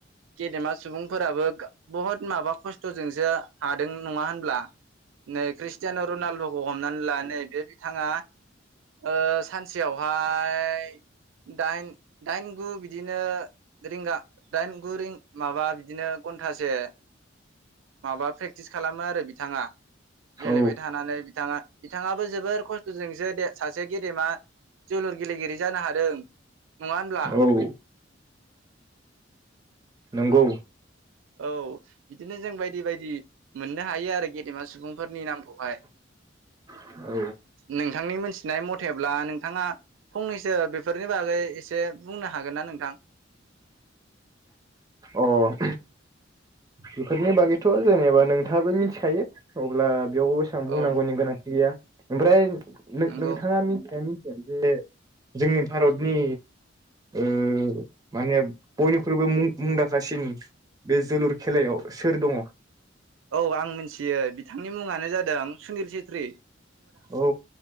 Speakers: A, on the right; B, on the right.
A: गेदेमा सुबुंफोराबो बहुत माबा खस्थ खथजोंसो हादों नङा होनब्ला नै ख्रिस्टियान रनालदखौ हमनानै ला नै बे बिथाङा ओ सानसेयाव ओमफ्राय दाइन दाइन गु बिदिनो रिंगा दाइन गु माबा बिदिनो घन्टासे माबा प्रेक्टिस खालामो आरो बिथाङा गेलेबाय
B: औ
A: थानानै बिथाङा बिथाङाबो जोबोर खस्थजोंसो दे सासे गेदेमा जोलुर गेलेगिरि जानो हादों नङा होनब्ला
B: औ नंगौ
A: औ बिदिनो जों बायदि बायदि मोननो हायो आरोख गेदेमा सुबुंफोरनि नामखौहाय
B: अ
A: नोंथांनि मोनथ नाय मथेब्ला नोंथाङा फंनैसो बेफोरनि बागै एसे बुंनो हागोन ना नोंथां
B: अह बेफोरनि बागैथ जेनेबा नोंथाङाबो मिथिखायो अब्ला बेयाव बेसेबां बुंनांगौनि
A: औ
B: गोनांथि गैया ओमफ्राय
A: नंगौ
B: नोंथाङा मिथिया मि बे जोंनि भारतनि ओ माने बयनिख्रुइबो मुंदांखासिन बे जोलुर खेलायाव सोर दङ
A: औ आं मिथियो बिथांनि मुङानो जादों सुनिल चेथ्रि
B: औ